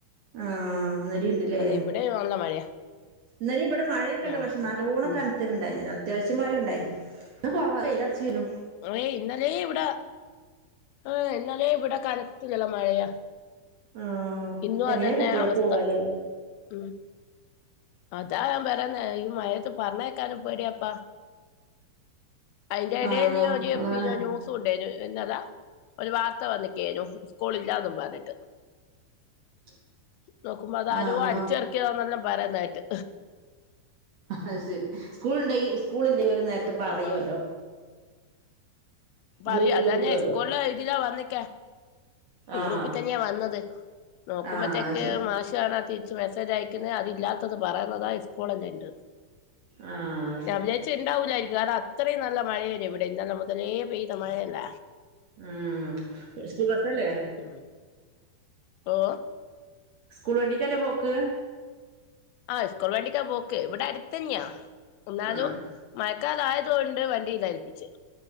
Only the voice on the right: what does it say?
ആ അന്നരിയുണ്ടല്ലേ
ഇന്നാലം ഇവിടെ മഴയൊക്കെ ഉണ്ട്
പക്ഷെ നല്ലോണം
കനത്തട്ടുണ്ടായിരു അത്യാവശ്യം ച്ചിമാരുണ്ടായിരുന്നു <unintelligible> കൊറൽറച്ചീനു
ആഹ്
എങ്ങനെ
കുട്ടികള്
പോവാല്ലേ
ആഹ്
അതാണ്
<inaudible>
ആഹ് അങ്ങടോ
അ ശരി സ്കൂൾ ഉണ്ടെ സ്കൂൾ ഇല്ലെ ങ്കി അവർനേരത്തെ പറയുവല്ലോ
ഗ്രൂപ്പില്
വിടുവല്ലോ
ആഹ്
ആഹ് അത് ശരി
ആഹ് അത്
ശരി
ഉം സ്കൂൾബസല്ലേ
സ്കൂൾ വണ്ടിക്കല്ലേ പോക്ക്
ആഹ്